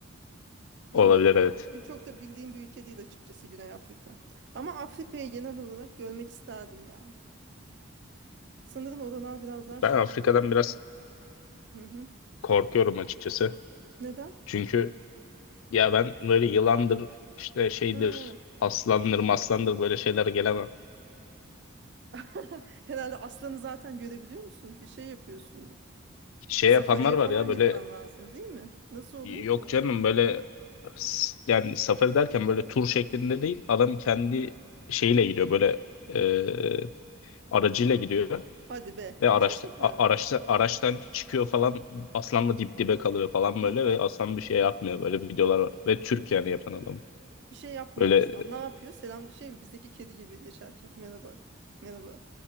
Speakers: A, on the left; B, on the right.
A: olabilir
B: bilmiyorum
A: evet.
B: tabii. Çünkü Çok da bildiğim bir ülke değil açıkçası Güney Afrika. Ama Afrika'yı genel olarak görmek isterdim ya. Sanırım oralar biraz daha şey
A: Ben Afrika'dan
B: kalıyor.
A: biraz
B: Hı hı.
A: korkuyorum açıkçası.
B: Neden?
A: Çünkü ya ben böyle yılandır, işte şeydir,
B: Hı.
A: aslandır, maslandır böyle şeyler gelemem.
B: <laughs> Herhalde aslanı zaten görebiliyor musun ki şey yapıyorsundur.
A: Şey
B: Safari'ye
A: yapanlar var
B: falan
A: ya böyle
B: gitmen lazım değil mi? Nasıl oluyor
A: yok
B: ki o?
A: canım böyle s- yani safari derken böyle tur şeklinde değil. Adam kendi şeyle gidiyor böyle e, aracıyla gidiyor.
B: Hadi be.
A: Ve araçta,
B: Gerçekten
A: a-
B: mi?
A: araçta, araçtan çıkıyor falan aslanla dip dibe kalıyor falan
B: Yok
A: böyle
B: artık.
A: ve aslan bir şey yapmıyor böyle videolar var. Ve Türk yani yapan adam.
B: Bir şey yapmıyor
A: Böyle
B: aslan. Ne yapıyor? Selam şey mi? Bizdeki kedi gibi geçerken. Merhaba. Merhaba.